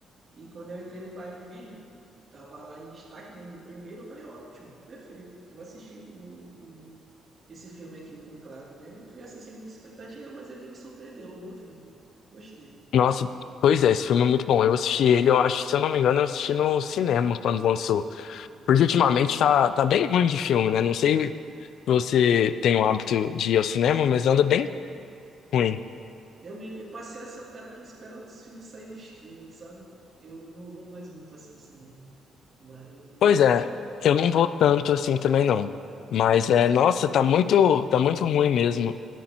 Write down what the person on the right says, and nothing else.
E quando eu entrei no Prime Video, tava lá em destaque, né? Em primeiro, eu falei, ótimo, perfeito. Vou assistir o, o- esse filme aqui, o Conclave, né? Eu fui assim sem muita expectativa, mas ele me surpreendeu, é um bom filme. Gostei.
Aham.
Eu, me, eu passei a ser um cara que espera os filmes saírem no streaming, sabe? Eu não vou mais muito assim em cinema. Mas